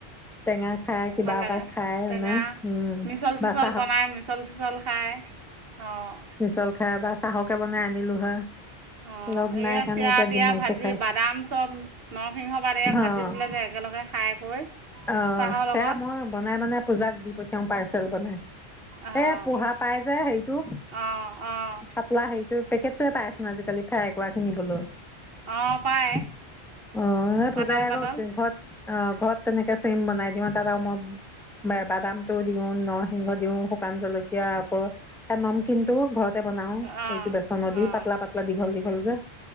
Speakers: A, in the centre; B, on the right.
A: টেঙা খায়, কিবা
B: ভাল লাগে
A: এটা খায় কিনে।
B: টেঙা
A: উম,
B: মিছল
A: <unintelligible>
B: চিছল
A: অ'! <unintelligible> <unintelligible>
B: বনাই মিছল চিছল খায় অঁ
A: সৰহকে বনাই আনিলোঁ হয়।
B: অ'!
A: লগ
B: এইয়,
A: নাই কাৰণে
B: চৰা-তিৰা
A: এতিয়া দিমাগটো
B: ভাজি,
A: খাই
B: বাদাম চব, নৰসিংহ পাত, এইয়া ভাজি
A: অ
B: পেলে যে এগা তেওঁলোকে খাই কৰি
A: অ'!
B: চাহৰ
A: সেয়া
B: লগত
A: মই, বনাই-বনাই পূজাক দি পঠিয়াওঁ, পাৰ্চেল বনাই।
B: অঁ
A: এইয়া, পোহা পাই যে, সেৰিটো,
B: অঁ অঁ
A: পাতলা সেৰিটো। পেকেট টোৱে পাইচোন আজিকালি, ফ্ৰাই কৰা কিনিবলৈ।
B: অঁ
A: <unintelligible>
B: পায়
A: অ'! সেই
B: পাতল
A: পূজাই আকৌ,
B: পাতল
A: ঘৰত অ'! ঘৰত তেনেকে চেম বনাই দিওঁ। তাত আৰু মই বা বাদামটো দিওঁ, নৰসিংহ দিওঁ, শুকান জলকীয়া, আকৌ, সেই নমকিনটো ঘৰত তে বনাওঁ।
B: অঁ
A: এইটো বেচনদি,
B: অঁ
A: পাতলা-পাতলা দীঘল- দীঘল যে।